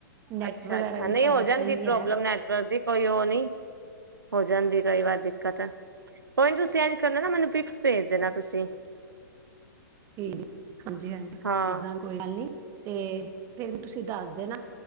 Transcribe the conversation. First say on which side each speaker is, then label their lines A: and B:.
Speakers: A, on the right; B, on the right.
A: ਨੈਟ
B: ਅੱਛਾ
A: ਵਗੈਰਾ
B: ਅੱਛਾ
A: ਵੀ
B: ਨਹੀਂ
A: ਸਾਰਾ
B: ਹੋ ਜਾਂਦੀ
A: ਸਹੀ
B: ਪ੍ਰੋਬਲਮ
A: ਐ।
B: ਨੈਟਵਰਕ ਦੀ ਕੋਈ ਉਹ ਨੀ ਹੋ ਜਾਂਦੀ ਕਈ ਵਾਰ ਦਿੱਕਤ ਏ। ਕੋਈ ਨ ਤੁਸੀਂ ਏਂਜ ਕਰਨਾ ਨਾ ਮੈਨੂੰ ਪਿਕਸ ਭੇਜ ਦੇਨਾ ਤੁਸੀਂ।
A: ਜੀ, ਹਾਂਜੀ, ਹਾਂਜੀ
B: ਹਾਂ
A: ਪੇਜਦਾਗੀ ਕੋਈ ਗੱਲ ਨੀ। ਤੇ ਫੇਰ ਵੀ ਤੁਸੀਂ ਦੱਸ ਦੇ ਨਾ,